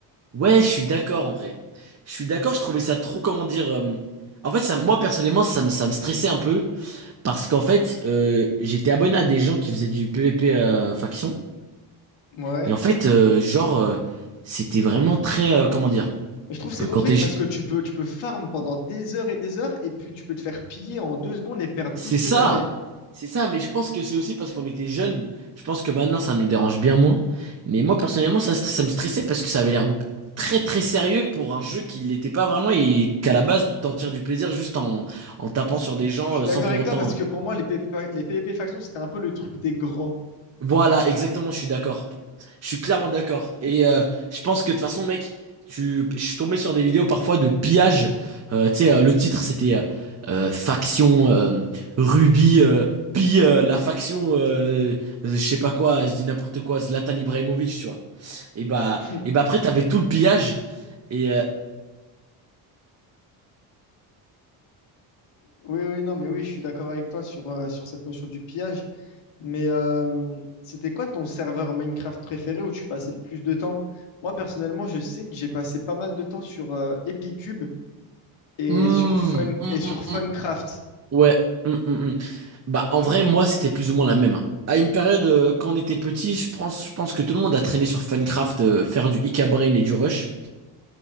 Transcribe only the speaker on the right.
Ouais, je suis d'accord en vrai. Je suis d'accord, je trouvais ça trop, comment dire. euh, En fait, ça, moi personnellement, ça me, ça me stressait un peu parce qu'en fait, euh, j'étais abonné à des gens qui faisaient du PvP euh, faction
et en fait, euh, genre, euh, c'était vraiment très, euh, comment dire,
quand t'es,
C'est
ça,
c'est ça, mais je pense que c'est aussi parce qu'on était jeunes. Je pense que maintenant ça nous dérange bien moins. Mais moi personnellement, ça, st- ça me stressait parce que ça avait l'air b- très très sérieux pour un jeu qui l'était pas vraiment et qu'à la base tu t'en tires du plaisir juste en, en tapant
sur des gens
euh, sans
pour
autant
Voilà, exactement, je suis d'accord. Je suis clairement d'accord. Et euh, je pense que de toute façon, mec, tu... je suis tombé sur des vidéos parfois de pillage. Euh, tu sais, euh, le titre, c'était euh, euh, Faction euh, Ruby euh, pille euh, la faction, euh, je sais pas quoi, je dis n'importe quoi, Zlatan Ibrahimovic, tu vois. Et bah,
et bah après, t'avais tout le pillage. Et, euh,
hmm,
hmm,
hmm, hmm.
Ouais. mm, mm, mm. Bah, en vrai, moi, c'était plus ou moins la même. hein. À une période, euh, quand on était petit, je pense, je pense que tout le monde a traîné sur Funcraft, euh, faire du Ika Brain et du Rush.